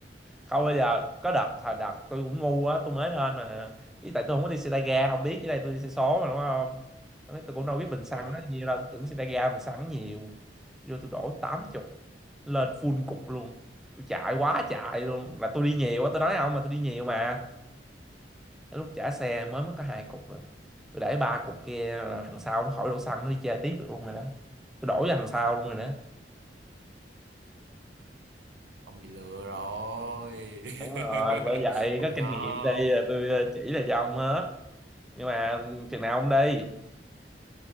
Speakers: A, in the centre; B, on the right.
A: không bây giờ có đợt hồi đợt tôi cũng ngu á tôi mới lên mà với tại tôi không có đi xe tay ga không biết với đây tôi đi xe số mà đúng không Lúc ấy tôi cũng đâu biết bình xăng
B: ừ
A: nó nhiều đâu tôi tưởng xe tay ga bình xăng nhiều vô tôi đổ 80 lên full cục luôn tôi chạy quá chạy luôn là tôi đi nhiều á tôi nói không mà tôi đi nhiều mà Tới lúc trả xe mới mất có hai cục rồi tôi để ba cục kia là thằng sau nó khỏi đổ xăng nó đi chơi tiếp được luôn rồi đó tôi đổ cho thằng sau luôn rồi đó
B: ông bị lừa rồi
A: đúng rồi
B: <laughs>
A: bởi vậy
B: ông
A: có kinh
B: non
A: nghiệm đây là tôi chỉ là cho ông hết nhưng mà chừng nào ông đi